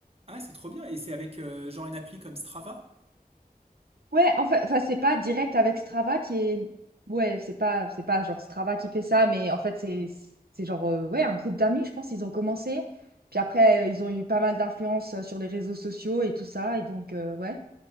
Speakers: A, on the right; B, on the right.
A: ah, c'est trop bien. Et c'est avec euh, genre une appli comme Strava?
B: Ouais, en fait, enfin, c'est pas direct avec Strava qui est. Ouais, c'est pas, c'est pas genre Strava qui fait ça, mais en fait, c'est c'est genre euh, ouais, un groupe d'amis, je pense, ils ont commencé. Puis après, euh, ils ont eu pas mal d'influence euh, sur les réseaux sociaux et tout ça. Et donc, euh, ouais,